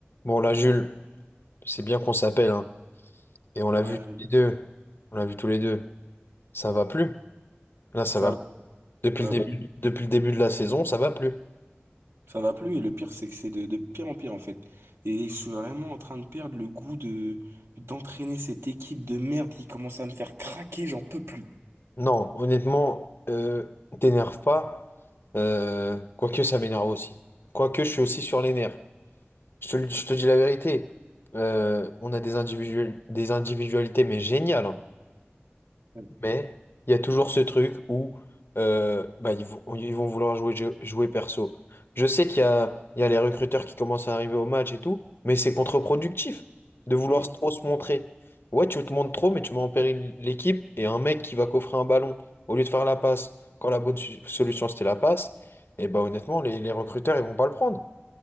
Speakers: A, on the left; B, on the right.
A: Bon, là, Jules, c'est bien qu'on s'appelle, hein. Et on l'a
B: Ouais,
A: vu tous les deux. On l'a vu tous les deux. Ça va plus. Là, ça
B: ça,
A: va plus. Depuis
B: ça va
A: le début,
B: plus,
A: depuis le début de la saison, ça va plus.
B: ça va plus, et le pire, c'est que c'est de, de pire en pire, en fait. Et je suis vraiment en train de perdre le goût de, d'entraîner cette équipe de merde qui commence à me faire craquer, j'en peux plus.
A: Non, honnêtement, euh, t'énerve pas. Euh, quoique, ça m'énerve aussi. Quoique, je suis aussi sur les nerfs. Je te, le- je te dis la vérité. Euh, on a des individuels, des individualités, mais géniales. hein.
B: Ouais.
A: Mais il y a toujours ce truc où euh, bah, ils vont, ils vont vouloir jouer, jeu- jouer perso. Je sais qu'il y a, il y a les recruteurs qui commencent à arriver au match et tout, mais c'est contre-productif de vouloir
B: Mm.
A: trop se montrer. Ouais, tu te montres trop, mais tu mets en péril l'équipe et un mec qui va coffrer un ballon au lieu de faire la passe, quand la bonne su- solution c'était la passe, et bah honnêtement, les, les recruteurs ils vont pas le prendre.